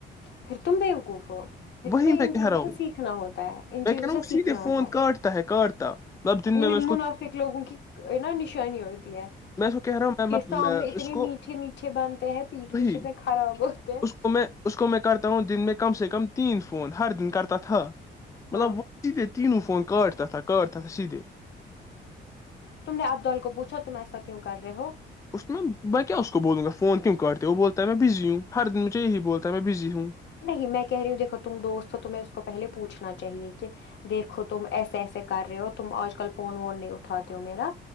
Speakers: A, on the left (about 65°); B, on the left (about 15°).
A: پھر تم بوقوف ہو پھر
B: وہی
A: تمہیں ان
B: میں کہہ
A: چیزوں
B: رہا ہوں
A: سے سیکھنا ہوتا ہے ان چیزوں
B: میں کہہ رہا
A: سے
B: ہوں وہ
A: سیکھنا
B: سیدھے
A: ہوتا
B: فون
A: ہے
B: کاٹتا کاٹتا مطلب دن میں
A: یعنی
B: میں اس
A: منافک
B: کو
A: لوگوں کی نا نشانی ہوتی ہے
B: میں اس کو کہہ رہا ہوں میں
A: سامنے
B: میں
A: اتنے
B: اس کو
A: میٹھے میٹھے بنتے ہیں پیٹھ
B: وہی
A: پیچھے سے خراب ہوتے ہیں
B: اس کو میں اس کو میں کرتا ہوں دن کم سے کم تین فون ہر دن کرتا تھا مطلب
A: ہاں
B: وہ تینووں فون کاارڈ تھا سیدھے
A: تم نے ابدال کو پوچھا تم ایسا کیوں کر رہے ہو
B: اس میں کیا اس کو بولوں گا فون کیم کاٹتے وہ بولتا ہے میں بزی ہوں ہر دن مجھے یہی بولتا ہے میں بزی ہوں
A: نہیں میں کہہ رہی ہوں دیکھو تم دوست ہو تمہیں اس کو پہلے پوچھنا چاہیے کہ دیکھو تم ایسے ایسے کر رہے ہو تم آج کل فون وون نہیں اٹھاتے ہو میرا